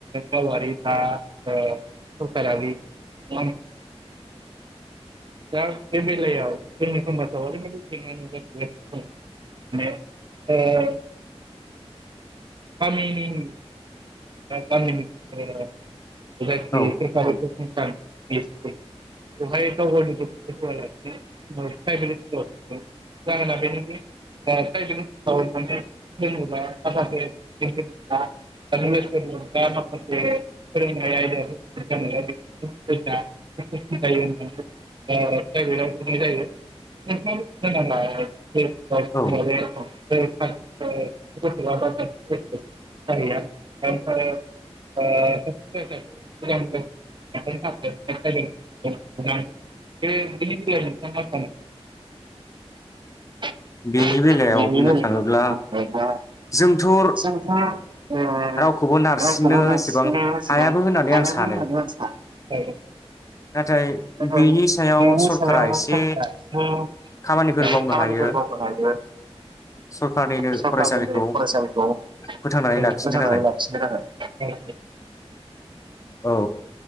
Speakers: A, on the right; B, on the left.
A: गावारि बा ओ सखारारि नङ दा बे बेलायाव जोंनि समाजाव ओरैबायदि जेंना नुजाथिगासिनो माने ओ गामिनि गाम <unintelligible>
B: औ
A: <unintelligible> <unintelligible> <unintelligible> होननानै प्राइभेटाव होनाय जायो
B: औ
A: नामा द म <unintelligible> <unintelligible> <unintelligible>
B: बेनि बेलायाव बुंनो थाङोब्ला जोंथ' ओ
A: जोंहा ओ
B: रावखौबो नारसिननो
A: रावखौबो नारसिननो
B: एसेबां
A: एसेबां
B: हायाबो होननानै
A: हाया
B: आं सानो
A: होननानै <unintelligible>
B: नाथाय बिनि सायाव सरकारा एसे
A: फरायसालिखौ
B: खामानिफोर मावनो हायो
A: फोथांनानै
B: सरखारनिनो फरायसालिखौ फोथांनानै
A: लाखिनो
B: लाखिनो थाखाय औ